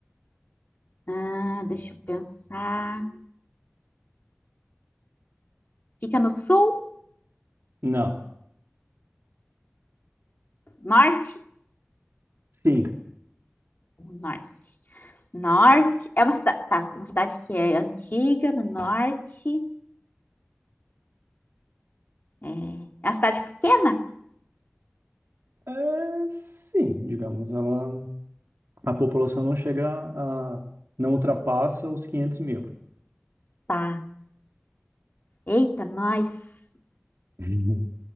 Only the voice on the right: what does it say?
Não.
Sim.
É, sim, digamos, ela, a população não chega a, não ultrapassa os quinhentos mil. <laughs>
Uhum.